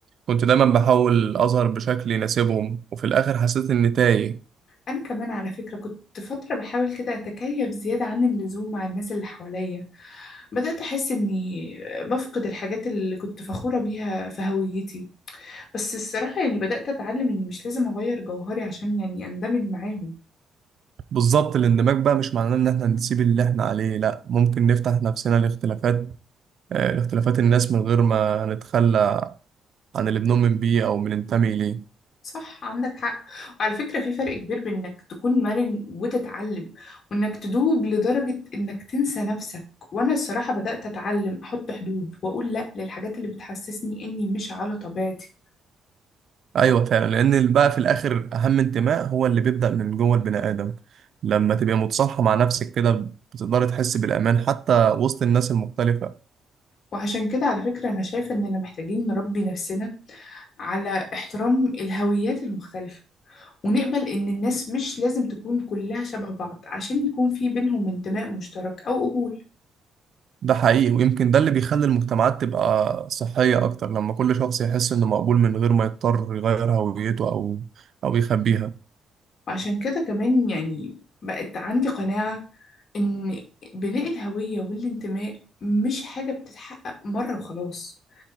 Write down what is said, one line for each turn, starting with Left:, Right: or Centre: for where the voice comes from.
Right: كنت دايما بحاول اظهر بشكل يناسبهم وفي الاخر حسيت اني تايه
Left: أنا كمان على فكرة كنت فترة بحاول كده أتكيف زيادة عن اللزوم مع الناس اللي حواليا بدأت أحس إني بفقد الحاجات اللي كنت فخورة بيها في هويتي بس الصراحة يعني بدأت أتعلم إني مش لازم أغير جوهري عشان يعني أندمج معاهم
Right: بالظبط الاندماج بقى مش معناه ان احنا نسيب اللي احنا عليه لا ممكن نفتح نفسنا لاختلافات آه، لاختلافات الناس من غير ما نتخلى عن اللي بنؤمن بيه او بننتمي اليه
Left: صح عندك حق وعلى فكرة في فرق كبير بين انك تكون مرن وتتعلم وانك تدوب لدرجة انك تنسى نفسك وانا الصراحة بدأت اتعلم احط حدود واقول لا للحاجات اللي بتحسسني اني مش على طبيعتي
Right: ايوه فعلا لان اللي بقى في الاخر اهم انتماء هو اللي بيبدأ من جوه البني ادم لما تبقى متصالحة مع نفسك كده بتقدر تحس بالامان حتى وسط الناس المختلفة
Left: وعشان كده على فكرة انا شايفة اننا محتاجين نربي نفسنا على احترام الهويات المختلفة ونقبل ان الناس مش لازم تكون كلها شبه بعض عشان يكون في بينهم انتماء مشترك او قبول
Right: ده حقيقي ويمكن ده اللي بيخلي المجتمعات تبقى صحية اكتر لما كل شخص يحس انه مقبول من غير ما يضطر يغير هويته او او يخبيها
Left: وعشان كده كمان يعني بقت عندي قناعة إن بناء الهوية والانتماء مش حاجة بتتحقق مرة وخلاص